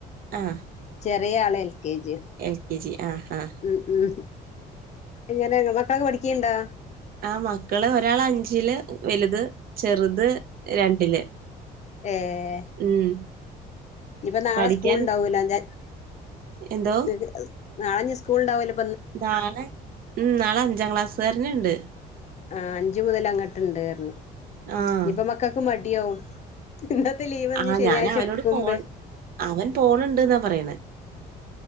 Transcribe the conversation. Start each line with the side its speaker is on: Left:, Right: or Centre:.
Right: ആഹ്
Left: ചെറിയളെ K G
Right: L K G ആഹ് ആഹ്
Left: ഉം ഉം എങ്ങനെ <unintelligible> പഠി ക്കണ്ടാ
Right: ആഹ് മക്കള് ഒരാള് അഞ്ചില് വലുത് ചെറുത് രണ്ടില്
Left: ഏഹ്
Right: ഉം
Left: ഇനി ഇപ്പ നാളെ
Right: പഠിക്കാൻ
Left: സ്കൂൾ ഉണ്ടാവൂലല്ലേ <unintelligible>
Right: എന്തോ
Left: <unintelligible> നാളെഞ്ഞി സ്കൂളുണ്ടാവലോ
Right: നാളെ ഉം നാളെ അഞ്ചാം ക്ലാസ്സുകാരന് ഉണ്ട്
Left: ആഹ് അഞ്ചു മുതൽ അങ്ങോട്ടുണ്ടന്ന്
Right: ആഹ്
Left: ഇനിപ്പ മക്കൾക്ക് മടിയാവും ഇന്നത്തെ ലീവ് ഇഞ്ഞി
Right: ആഹ്
Left: ശനിയാഴ്ച
Right: ഞാൻ അവനോട്
Left: എടുക്കുമ്പേ
Right: പോൺ അവൻ പോണുണ്ട്ന്നാ പറയണ